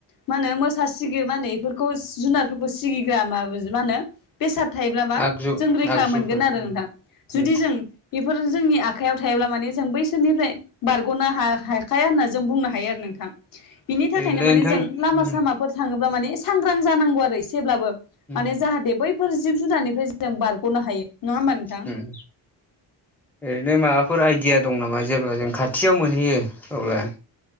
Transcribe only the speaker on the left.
मा होनो मोसा सिगयो म होनो बेफोरखौ जुनारफोरखौ सिगिग्रा म मा होनो बेसाद थायोब्लाबा
जों रैखा
मोनगोन आरो
नोंथां
जुदि जों बेफोर जोंनि आखाइयाव थायोब्ला माने जों बैसोरनिफ्राय बारग'नो ह हाखाया होनना जों बुंनो हायो आरो नोंथां बिनि
थाखायनो माने
जों
लामा सामाफोर थाङोब्ला माने सांग्रां जानांगौ आरो एसेब्लाबो
माने जाहाथे बैफोर जिब जुनारनिफ्राय जों बारग'नो हायो नङा होमबा नोंथां
<unintelligible>